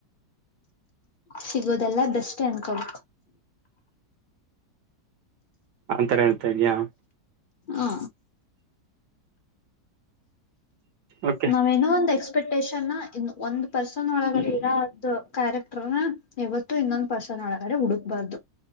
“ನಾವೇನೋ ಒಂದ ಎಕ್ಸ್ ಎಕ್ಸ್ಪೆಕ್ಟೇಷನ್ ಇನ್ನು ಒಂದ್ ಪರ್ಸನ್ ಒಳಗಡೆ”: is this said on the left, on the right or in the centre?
Left